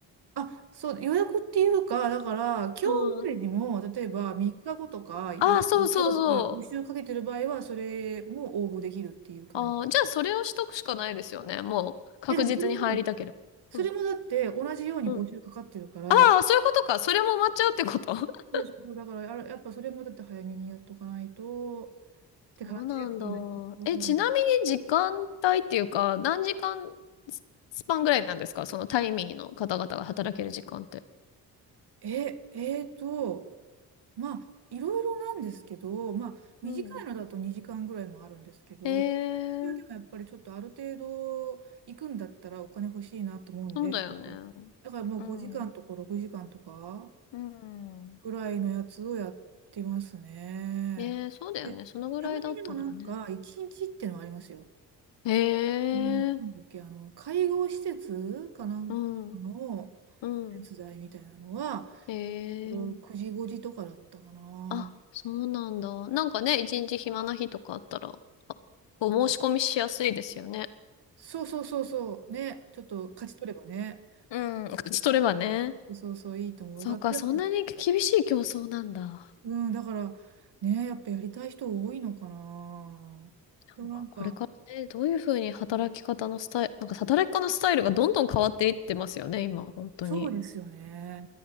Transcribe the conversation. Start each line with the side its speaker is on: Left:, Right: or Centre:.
Right: あ、そう、予約っていうか、だから、今日以外にも、
Left: うん。
Right: 例えば3日後とか、ゆ3日後とか、
Left: あ、そうそうそう。
Right: 募集かけてる場合は、それも応募できるっていう感じ。
Left: ああ、じゃあそれをしとくしかないですよね。もう確実に入りたければ。
Right: いや、でもそれも、それもだって、
Left: うん。
Right: 同じように募集かかってるから、
Left: うん。ああ、そういうことか。それも埋まっちゃうってこと <laughs>
Right: そうそうそう、だからや、あれやっぱそれもだって早めにやっとかないと、って感じですよね。
Left: そうなんだ。
Right: うん
Left: え、ちなみに時間帯っていうか、何時間ススパンぐらいなんですかそのタイミーの方々が働ける時間って。
Right: え、えーと、まあ、いろいろなんですけど、まあ、短いのだと2時間ぐらいもあるんですけど、
Left: うん。ええ
Right: 中でもやっぱりちょっとある程度行くんだったらお金欲しいなと思うんで、
Left: そうだよね。
Right: だからもう5時間とか6時間とか
Left: うん。うん。
Right: ぐらいのやつをやってますね。
Left: ええそうだよね。
Right: で、
Left: そのぐらいだったらね。
Right: たまにでもなんか1日ってのはありますよ。
Left: ええ
Right: あのなんだっけ、あの、介護施設かなんかの
Left: うん。うん。
Right: 手伝いみたいなのは、
Left: ええ
Right: こう9時5時とかだったかな。
Left: あ、そうなんだ。なんかね、一日暇な日とかあったら、あお申し込みしやすいですよね。
Right: そうそうそうそう。ね。ちょっと勝ち取ればね。
Left: うん、勝ち取ればね。
Right: そうそうそう、いいと思う。
Left: そうか、
Right: だから、
Left: そんなに厳しい競争なんだ。
Right: うん、だから、ね、やっぱやりたい人多いのかな。でもなんか、
Left: なんかこれからね、どういうふうに働き方のスタイル、なんか働き方のスタイルがどんどん変わっていってますよね、今、本当に。
Right: そうですよね。